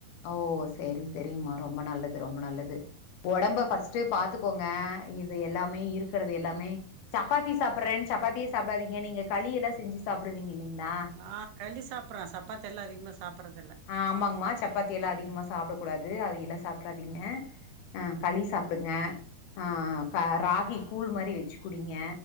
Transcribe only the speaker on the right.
ஆ களி சாப்பிடற சப்பாத்தி எல்லாம் அதிகமா சாப்பட்றதில்ல